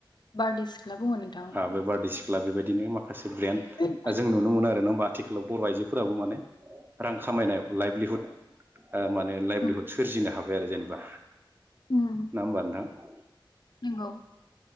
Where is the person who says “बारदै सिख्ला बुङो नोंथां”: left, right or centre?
Left